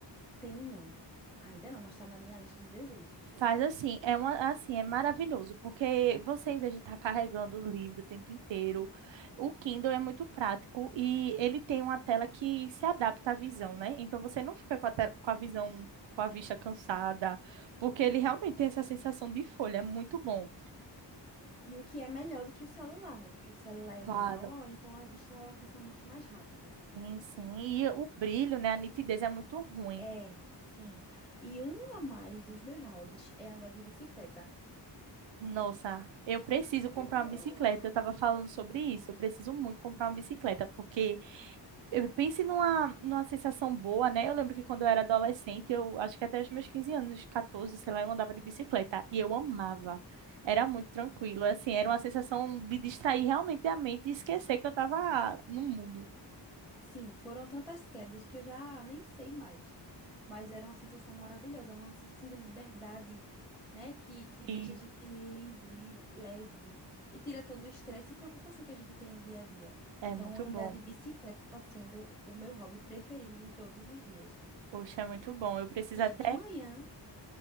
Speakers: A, in the centre; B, on the right (about 85°).
A: Tenho não. Ainda não, mas tá na minha lista de desejos.
B: Faz assim, é uma, assim, é maravilhoso, porque você, em vez de estar carregando o livro o tempo inteiro, o Kindle é muito prático e ele tem uma tela que se adapta à visão, né? Então você não fica com a, te- com a visão, com a vista cansada, porque ele realmente tem essa sensação de folha, é muito bom.
A: E o que é melhor do que o celular, né? Porque o celular é
B: Claro.
A: menor, então a vista ela cansa muito mais rápido.
B: Sim, sim. E o brilho, né? A nitidez é muito ruim.
A: É, sim. E um a mais dos meus hobbies é andar de bicicleta.
B: Nossa, eu preciso
A: Eu
B: comprar uma
A: amo
B: bicicleta. Eu estava falando sobre isso. Eu preciso muito comprar uma bicicleta, porque eu pense numa, numa sensação boa, né? Eu lembro que quando eu era adolescente, eu acho que até os meus 15 anos, 14, sei lá, eu andava de bicicleta e eu amava. Era muito tranquilo, assim, era uma sensação de distrair realmente a mente e esquecer que eu estava no mundo.
A: Sim, foram tantas quedas que eu já nem sei mais. Mas era uma sensação maravilhosa, uma sensação de liberdade, né? Que, que deixa
B: e
A: a gente livre, leve e tira todo o estresse e preocupação que a gente tem no dia a dia.
B: é
A: Então,
B: muito
A: andar
B: bom.
A: de bicicleta está sendo o meu hobby preferido de todos os dias.
B: Poxa, é muito bom. Eu preciso
A: E
B: até.
A: de manhã,